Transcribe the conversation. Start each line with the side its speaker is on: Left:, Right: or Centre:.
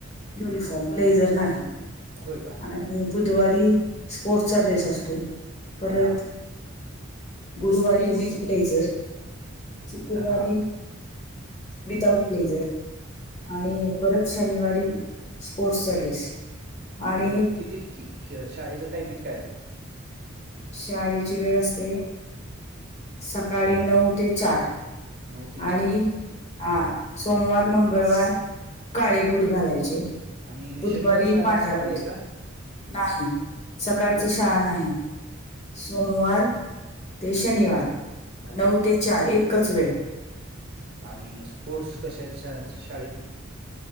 Left: युनिफॉर्म ब्लेजर नाही.
Right: होय काय?
Left: आणि बुधवारी स्पोर्टचा ड्रेस असतोय, परत
Right: हा
Left: गुरुवारी विथ ब्लेजर शुक्रवारी
Right: हा
Left: विदाउट ब्लेजर आणि परत शनिवारी स्पोर्टसचा ड्रेस. आणि
Right: हो. कितीत की क्य शाळेचं टायमिंग काय?
Left: शाळेची वेळ असते, सकाळी नऊ ते चार.
Right: नऊ ते
Left: आणि
Right: चार
Left: हा सोमवार, मंगळवार काळे बूट घालायचे.
Right: आणि
Left: बुधवारी
Right: शनिवारी शाळा
Left: पांढरा
Right: सकाळी
Left: बूट,
Right: आहे का
Left: नाही सकाळच
Right: मग
Left: शाळा नाही. सोमवार ते शनिवार
Right: अरे
Left: नऊ
Right: वा वा
Left: ते चार
Right: वा
Left: एकच वेळ.
Right: हा आणि स्पोर्ट्स कशेत शाळेचं शाळेत?